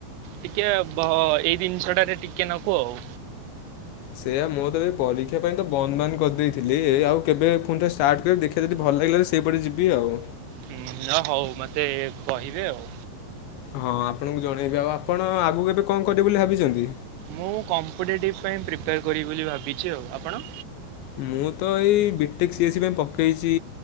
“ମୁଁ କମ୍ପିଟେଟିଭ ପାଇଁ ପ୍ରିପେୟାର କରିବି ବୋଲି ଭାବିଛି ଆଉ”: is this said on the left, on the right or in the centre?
Right